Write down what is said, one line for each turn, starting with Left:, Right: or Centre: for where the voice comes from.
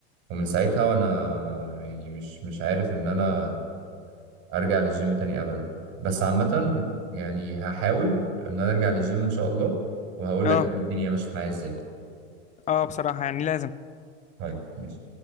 Right: ومن ساعتها وانا يعني مش مش عارف ان انا ارجع للجيم تاني ابدا بس عامة يعني هحاول ان انا ارجع للجيم ان شاء الله وهقول
Left: اه
Right: لك يعني الدنيا مشيت معايا ازاي
Left: اه بصراحة يعني لازم
Right: طيب ماشي